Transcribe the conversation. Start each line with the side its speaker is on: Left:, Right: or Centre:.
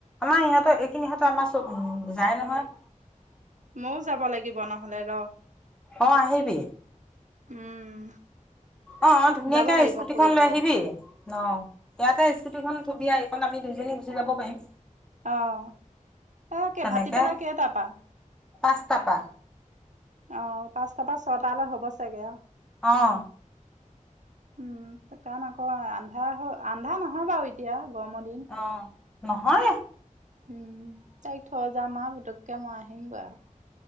Centre: আমাৰ ইহঁতৰ এইখিনি ইহঁতৰ আমাৰ চব যায় নহয়।
Right: ময়ো যাব লাগিব নহলে ৰ।
Centre: অহ, আহিবি।
Right: উম,
Centre: অহ, ধুনীয়াকে
Right: যাব লাগিব
Centre: স্কুটিখন
Right: কৰিবলৈ।
Centre: লৈ আহিবি। ন ইয়াতে স্কুটিখন থবি আহি এইখন আমি দুইজনী গুচি যাব পাৰিম।
Right: অহ, এ', কে
Centre: তেনেকে
Right: ভাটি বেলা কেইটাৰ পা?
Centre: পাঁচটা পা
Right: অ', পাঁচটাৰ পৰা ছয়টালৈ হ'ব চাগে আৰু,
Centre: অহ,
Right: উম, কাৰণ আক আন্ধাৰ হয়, আন্ধা নহয় বাৰু এতিয়া। গৰমৰ দিন উম,
Centre: অ নহয়
Right: তাইক থৈ যাম আহ পুতক, তাকে মই আহিম বাৰু।